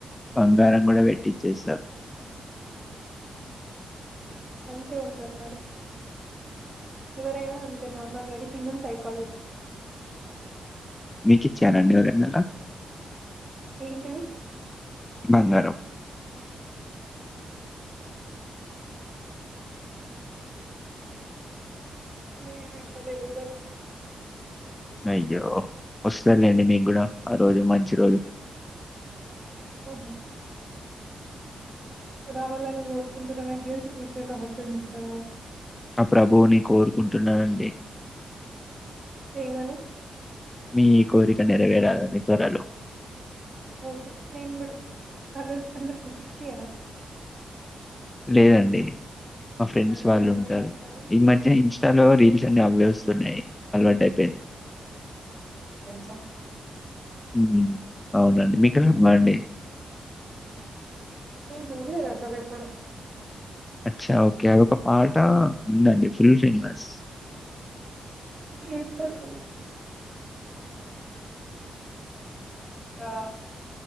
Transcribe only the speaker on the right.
అంతే ఉంటారు మరి ఎవరైనా అంతే నార్మల్గాది హ్యూమన్ సైకాలజీ.
ఏంటిది.
లేదు ఇవ్వలేదు.
ఆహ్. రావాలనే కోరుకుంటున్న నాకు తెల్సి ఫ్యూచర్ లో హస్బెండ్ ఇస్తాడు క.
ఏ మనీ
ఓకే నేన్ కూడా హల అంత క్రిస్టియానా
మరి
అల్లెలుయా
అంటారు
ఆ
నేను చూడలేదు అసలు ఎప్పుడు
ఇప్పుడు ఆ